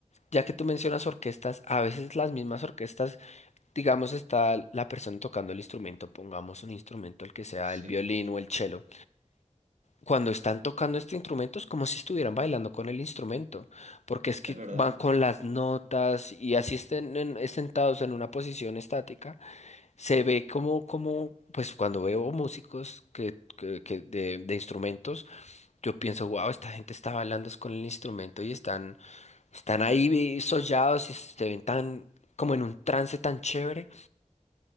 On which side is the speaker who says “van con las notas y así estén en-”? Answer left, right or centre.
Left